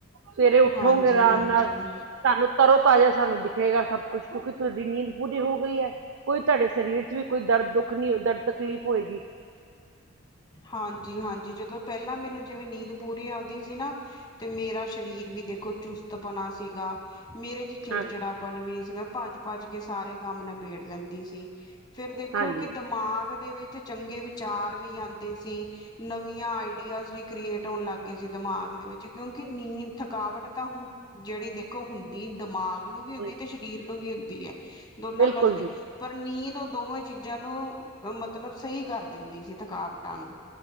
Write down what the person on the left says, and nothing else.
ਹਾਂਜੀ
ਹਾਂਜੀ
ਹਾਂਜੀ ਹਾਂਜੀ ਜਦੋਂ ਪਹਿਲਾਂ ਮੈਨੂੰ ਜਿਵੇਂ ਨੀਂਦ ਪੂਰੀ ਆਉਂਦੀ ਸੀ ਨਾ ਤੇ ਮੇਰਾ ਸਰੀਰ ਵੀ ਦੇਖੋ ਚੁਸਤ ਬਣਾ ਸੀਗਾ ਮੇਰੇ ਚ ਚਿੜਚਿੜਾਪਨ
ਵੀ ਨਹੀਂੀ ਸੀ ਮੈਂ ਭੱਜ ਭੱਜ ਕੇ ਸਾਰੇ ਕੰਮ ਨਬੇੜ ਲੈਂਦੀ ਸੀ ਫਿਰ ਦੇਖੋ
ਕਿ ਦਿਮਾਗ ਦੇ ਵਿੱਚ ਚੰਗੇ ਵਿਚਾਰ ਵੀ ਆਉਂਦੇ ਸੀ ਨਵੀਆਂ ਆਈਡੀਆਜ਼ ਵੀ ਕ੍ਰੀਏਟ ਹੋਣ ਲੱਗ ਗਏ ਸੀ ਦਿਮਾਗ ਦੇ ਵਿੱਚ ਕਿਉਂਕਿ ਨੀਂਦ ਥਕਾਵਟ ਤਾਂ ਹੁਣ ਜਿਹੜੀ ਦੇਖੋ ਹੁੰਦੀ ਦਿਮਾਗ ਨੂੰ ਵੀ ਹੁੰਦੀ
ਤੇ ਸਰੀਰ ਨੂੰ ਵੀ ਹੁੰਦੀ ਹੈ ਦੋਨਾਂ
ਪਾਸੇ ਦੇ
ਪਰ ਨੀਂਦ ਉਹ ਦੋਵੇਂ ਚੀਜ਼ਾਂ ਨੂੰ ਮਤਲਬ ਸਹੀ ਕਰ ਦਿੰਦੀ ਸੀ ਥਕਾਵਟਾਂ ਨੂੰ